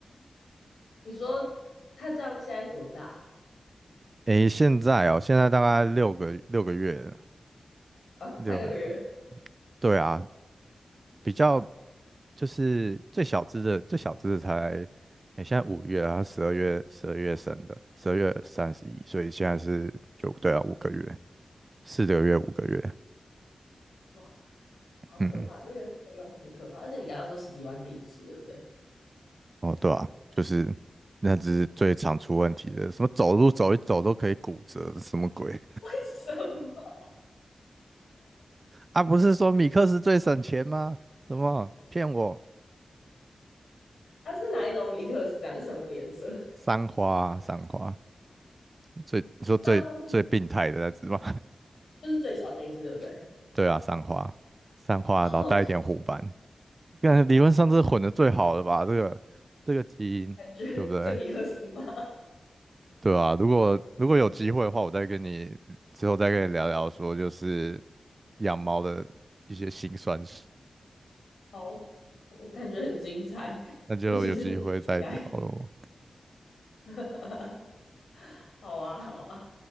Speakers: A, on the left; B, on the right.
A: 你说它这样现在多大
B: <laughs> 诶，现在哦，现在大概六个六个月了
A: 啊？
B: 六，
A: 才六个月。
B: 对啊，比较就是最小只的，最小只的才，诶，现在五月啊，它十二月十二月生的，十二月三十一，所以现在是就对啊，五个月，四个月五个月，
A: 哇，好可怕，
B: 嗯，
A: 这个费用很可怕。而且你刚刚说十几万是一只，对不对？
B: 哦，对啊，就是那只是最常出问题的，什么走路走一走都可以骨折，什么鬼？
A: <laughs> 为什么？
B: 啊，不是说米克斯最省钱吗？什么骗我？
A: 它是哪一种米克斯啊？是什么颜色的？
B: 三花啊三花，最你说最最病态的那只吗？
A: 三花是就是最小那一只，对不对？
B: <laughs> 对啊，三花，三花，
A: <laughs>
B: 老带一点虎斑，
A: 好，
B: 看理论上这是混的最好的吧？这个这个基因，
A: 感觉最米克斯吗？
B: 对不对？对啊，如果如果有机会的话，我再跟你之后再跟你聊聊说，就是养猫的一些辛酸史，
A: 好，我感觉很精彩，
B: 那就有机会再聊喽。
A: 尤其是你应该。<laughs> 好啊，好啊，